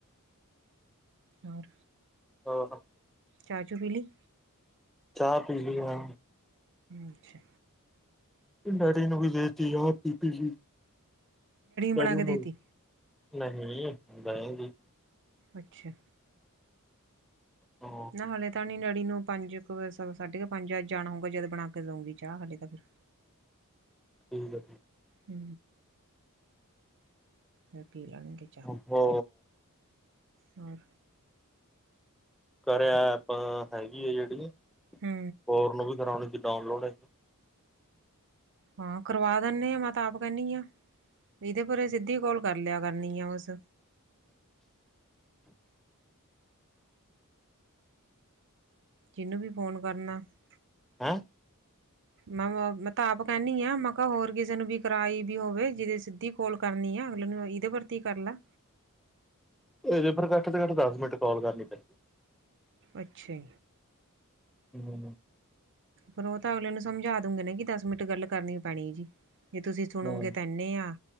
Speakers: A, on the right; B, in the centre.
A: ਹੋਰ।
B: ਹਾਂ ਅ।
A: ਚਾਹ ਚੁ ਪੀਲੀ।
B: ਚਾਹ ਪੀ ਲੀ ਆ।
A: ਅੱਛਾ।
B: ਡੈਡੀ ਨੂੰ ਵੀ ਦੇਤੀ, ਆਪ ਵੀ ਲੀ, ਡੈਡੀ
A: ਬਣਾ ਕੇ
B: ਨੂੰ
A: ਦੇਤੀ
B: ਵੀ। ਨਹੀਂ ਬਹਿ ਗੀ।
A: ਅੱਛਾ।
B: ਹੂ
A: ਨਾ ਹਲੇੇ ਤਾਂ ਨੀ ਡੈਡੀ ਨੂੰ ਪੰਜ ਸਾਢੇ ਕੁ ਪੰਜ ਅੱਜ ਜਾਣਾ ਹੋਊਗਾ, ਜਦ ਬਣਾ ਕੇ ਦਊਂਗੀ ਚਾਹ ਹਾਲੇ ਤਾਂ ਫਿਰ।
B: ਠੀਕ ਐ
A: ਹੂ ਮੈਂ ਪੀ ਲਾਂਗੀ
B: ਉਠੋ
A: ਹੋਰ
B: ਕਾਰਯਾ ਆਪਾਂ ਹੈਗੀ ਆ ਜਿਹੜੀ।
A: ਹੂ
B: ਫੋਰ ਨੂੰ ਵੀ ਕਰਾਉਣੀ ਚ ਡਾਊਨਲੋਡ ਹੈ।
A: ਹਾਂ ਕਰਵਾ ਦਿਨੇ ਆਂ ਮੈਂ ਤਾਂ ਆਪ ਕਹਿੰਦੀ ਹਾਂ ਇਹਦੇ ਪੂਰੇ ਸਿੱਧੀ ਕੋਲ ਕਰ ਲਿਆ ਕਰਨੀ ਆ ਉਸ। ਜਿਹਨੂੰ ਵੀ ਫੋਨ ਕਰਨਾ ਹ।
B: ਹੈਂ।
A: ਮੈਂ ਮੈਂ ਤਾਂ ਆਪ ਕਹਿੰਦੀ ਆ ਮੈਂ ਕਿਹਾ ਹੋਰ ਕਿਸੇ ਨੂੰ ਵੀ ਕਰਾਈ ਵੀ ਹੋਵੇ, ਜਿਦੇ ਸਿੱਧੀ ਕਾੱਲ। ਕਰਨੀ ਆ ਅਗਲੇ ਨੂੰ ਇਹਦੇ ਪ੍ਰਤੀ ਕਰ ਲਾ।
B: ਇਹ ਪਰਰ ਘੱਟ ਤੋਂ ਘੱਟ ਦਸ ਮਿੰਟ ਕਾਲ ਕਰਨੀ ਪੈਂਦੀ।
A: ਅੱਛਾ।
B: ਹੂ
A: ਪਰ ਉਹ ਤਾਂ ਅਗਲੇ ਨੂੰ ਸਮਝਾ ਦੂਗੇ ਨਾ ਕਿ ਦਸ ਮਿੰਟ ਗੱਲ ਕਰਨੀ ਪੈਣੀ ਜੀ, ਜੇ ਤੁਸੀਂ ਸੁਣੋਗੇ
B: ਹੂੰ
A: ਤੈਹੀ ਇਨੇ ਆ